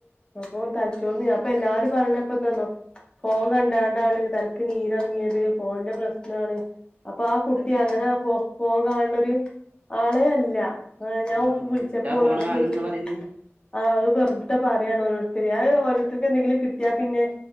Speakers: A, on the left (about 20°); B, on the right (about 30°).
A: അപ്പൊ തലച്ചോർന്ന് അപ്പൊ എല്ലാരും പറഞ്ഞപ്പന്താന്നോ ഫോൺ കണ്ട താണ്ടാണ് തലക്ക് നീരറങ്ങിയത് ഫോണന്റെ പ്രശ്നാണ് അപ്പൊ ആ കുട്ടി
B: അതെയാ
A: അങ്ങനെ പോ ഫോൺ കാണ് ണൊരു ആളെയല്ല ആഹ് ഞാൻ
B: ആ
A: ഓക്ക് വിളിച്ചപ്പ
B: എന്നിട്ടാ
A: ഓളോട്
B: ഫോണ് കാണന്ന്
A: ചോദിച്ചപ
B: പറയുന്ന്
A: ആ അത് വെറുതെ പറയാണ് ഓരുത്തർ അത് ഓരോരുത്തർക്ക് എന്തെങ്കിലും കിട്ടിയാ പിന്നെ